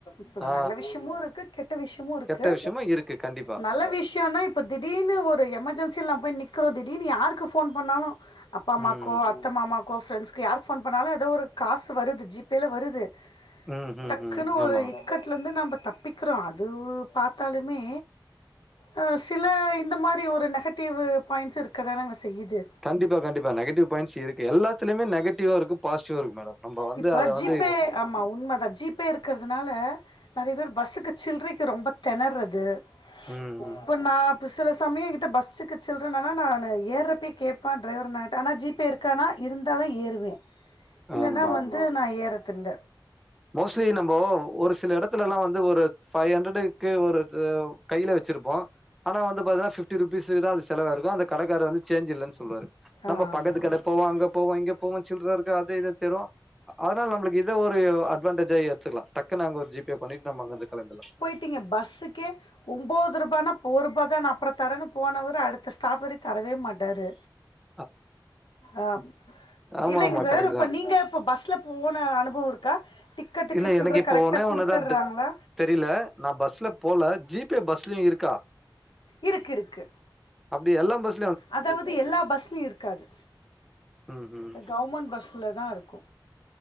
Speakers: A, on the left; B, in the centre.
A: இல்ல
B: ஆ
A: நல்ல விஷயமு இருக்கு கெட்ட விஷயமு இருக்கு
B: கெட்ட விஷயமு இருக்கு கண்டிப்பா
A: நல்ல விஷயன்னா இப் ப திடீர்னு ஒரு எமர்ஜென்சில நம்ம போய் நிக்கிறோ திடீர்னு யாருக்கு போன் பண்ணாலு அப்பா அம்மாக்கோ
B: ம்
A: அத்த மாமாக்கோ ஃப்ரெண்ட்ஸ்கு யார்க்கு ஃபோன் பண்ணாலு ஏதோ ஒரு காசு வருது ஜிபேயில வருது
B: ம் ம்
A: டக்குனு
B: ம்
A: ஒரு
B: ஆமா
A: இக்கத்துலந்து நம்ப தப்பிக்கிறோ அது பாத்தாலுமே அ சில இந்த மாரி ஒரு நெகட்டிவ் பாயிண்ட்ஸு இருக்க தானங்க செய்யுது
B: கண்டிப்பா கண்டிப்பா நெகட்டிவ் பாயி்ண்ட்ஸ் இருக்கு எல்லாத்திலயுமே நெகடிவ் இருக்கு பாசிட்டிவு இருக்கு மேடம் நம்ப வந்து
A: இப்ப
B: அத வந்து
A: ஜிபே ஆமா உண்மைதா ஜிபே இருக் இருக்கிறதுனால நெறைய பேர் பஸ்ஸுக்கு சில்லறைக்கு ரொம்ப தெணர்றது
B: ம்,
A: இப்பண்ணாபுஸ்
B: ம்.
A: சில சமய கிட்ட பஸ்க்கு சில்லறை இல்லனா நானு ஏறப்பயே கேப்பே டிரைவர் அண்ணா கிட்ட ஜிபே இருக் கானா இருந்தாதா ஏறுவே இல்லைன்னா
B: ஆமா.
A: வந்து நா ஏறதில்ல
B: மோஸ்ட்லி நம்ம ஒரு சில எடத்துலல்லா வந்து ஒரு பஃபைவ் ஹண்ட்ரடுக்கு ஒரு <unintelligible> கையில வச்சிருப்போ ஆனா வந்து பாத்திங்கன்னா பிப்டி ரூபிஸ்க்குதா அது செவாயிருக்கு அந்த கடைக்காரரு வந்து சேஞ் இல்லனு சொல்லுவரு நம்ம
A: ஆமா
B: பக்கத்து
A: ஆமா
B: கடை போவோ அங்க போவோ இங்க போவோ சில்லற இருக்கு அது இதுனு தேடுவோ அதனால நம்மளுக்கு இத ஒரு அட்வான்டேஜா எத்துக்கலா டக் குனு அங்க ஒரு ஜிபே பண்ணிட்டு நம அங்கிருந்து கெளம்பிறல
A: விட்டிங்க பஸ்ஸுக்கே ஒன்போது ரூபானா போரூபாதான அப்பற தரேன்னு போனவர்ரு அடுத்த ஸ்டாப்பரி தரவே மாட்டாரு
B: <inaudible>
A: ஆ
B: ஆமாமா.
A: இல்லைங்க சார்
B: கரெக்ட்
A: இப்ப
B: தான்.
A: நீங்க இப்ப பஸ்ல போன அனுபவ இருக்கா டிக்கெட்டுக்கு
B: இல்ல எனக்கு
A: சில்ற
B: இப்போ
A: கரெக்டா
B: ஒனே
A: குடுத்துர்றாங்களா
B: ஒண்ணுதா தெரியல நா பஸ்ல போல ஜி பே பஸ்லயு இருக்கா
A: இருக்கு இருக்கு
B: அப்படி எல்லாம் பஸ்
A: அதாவது எல்லா பஸ்லயு இருக்காது
B: ம் ம்
A: கவர்மெண்ட் பஸ்ல தா இருக்கு